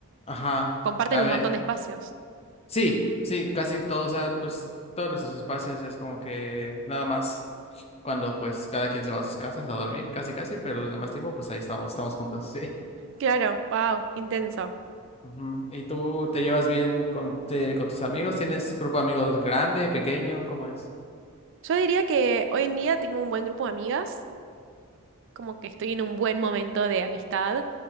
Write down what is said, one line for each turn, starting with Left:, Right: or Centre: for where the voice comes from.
Left: ajá.
Right: Comparten
Left: A
Right: un
Left: ver.
Right: montón de espacios.
Left: Sí, sí, casi todos, o sea, pues todos nuestros espacios es como que nada más cuando pues cada quien se va a sus casas a dormir, casi casi, pero los demás tiempo pues ahí estamos, estamos juntos, <laughs> sí.
Right: Claro, wow, intenso.
Left: Ujú. ¿Y tú te llevas bien con, te- con tus amigos? ¿Tienes grupo de amigos grande, pequeño? ¿Cómo es?
Right: Yo diría que hoy en día tengo un buen grupo de amigas. como que estoy en un buen momento de amistad,